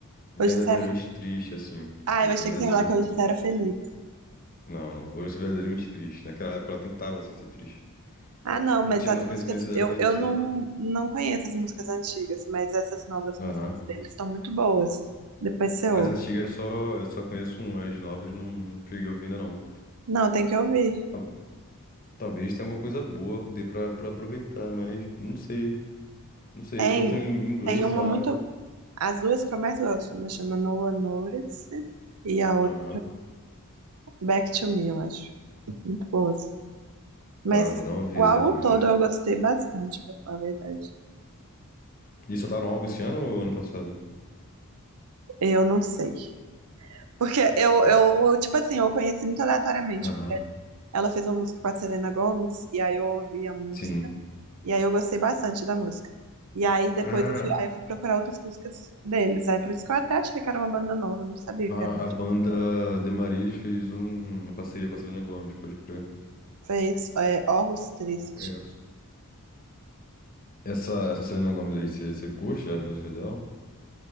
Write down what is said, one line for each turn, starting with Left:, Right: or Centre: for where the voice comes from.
Left: verdadeiramente
Right: hoje você é...
Left: triste, assim.
Right: Ah,
Left: Hoje
Right: eu
Left: eu sou
Right: achei
Left: verdadeiramente
Right: que você ia falar que hoje
Left: triste.
Right: você era feliz.
Left: Não, não. Hoje eu sou verdadeiramente triste. Naquela época ela tentava, assim, ser triste.
Right: Ah, não,
Left: Eu
Right: mas
Left: não tinha
Right: as
Left: muito
Right: músicas...
Left: conhecimento da
Right: Eu,
Left: vida,
Right: eu
Left: sabe?
Right: não, não conheço as músicas antigas, mas essas novas
Left: Aham.
Right: músicas deles estão muito boas. Depois você
Left: As
Right: ouve.
Left: antigas eu só, eu só conheço um, as novas não cheguei ouvindo, não.
Right: Não, tem que ouvir.
Left: Tal- Talvez tenha alguma coisa boa que dê pra, pra aproveitar, mas não sei. Não sei,
Right: Tem,
Left: eles cantam em inglês
Right: tem uma
Left: só,
Right: muito.
Left: né?
Right: As duas que eu mais gosto, uma chama No One Notice e a outra
Left: Aham.
Right: Back to Me, eu acho. Muito boas. Mas
Left: Tá, vou dar uma vida
Right: o álbum
Left: depois.
Right: todo eu gostei bastante, pra falar a verdade.
Left: E soltaram um álbum esse ano ou ano passado?
Right: Eu não sei. Porque eu,
Left: Tá.
Right: eu, tipo assim, eu conheci muito aleatoriamente.
Left: Aham.
Right: Ela fez uma música com a Selena Gomez, e aí eu ouvi a música.
Left: Sim.
Right: E aí eu gostei bastante da música. E aí depois
Left: Ah,
Right: eu fui, aí eu fui procurar outras músicas deles. Aí por isso que eu até achei que era uma banda nova, eu não sabia
Left: A,
Right: que era.
Left: a banda The Marias fez um- uma parceria com a Selena Gomez, pode crer.
Right: Fez é, Orros Triste.
Left: Eu conheço. Essa, essa Selena Gomez aí, você você curte as músicas dela?